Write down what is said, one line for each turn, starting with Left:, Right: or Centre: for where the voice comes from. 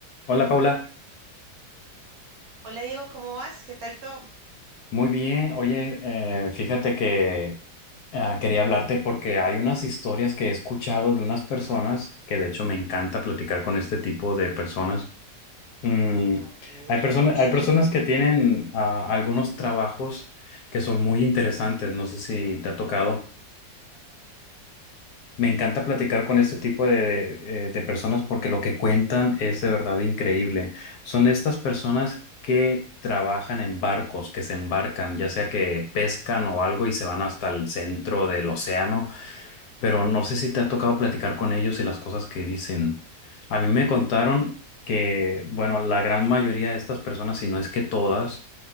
Left: Hola Paula,
Right: Hola Diego, ¿cómo vas? ¿Qué tal todo?
Left: muy bien. Oye, eh, fíjate que ah, quería hablarte porque hay unas historias que he escuchado de unas personas que de hecho me encanta platicar con este tipo de personas. Mm,
Right: A ver,
Left: hay personas,
Right: dime.
Left: hay personas que tienen ah, algunos trabajos que son muy interesantes. No sé si te ha tocado. Me encanta platicar con este tipo de, eh, de personas porque lo que cuentan es de verdad increíble. Son estas personas que trabajan en barcos, que se embarcan, ya sea que pescan o algo y se van hasta el centro del océano, pero no sé si te ha tocado platicar con ellos y las cosas que dicen. A mí me contaron que, bueno, la gran mayoría de estas personas, si no es que todas,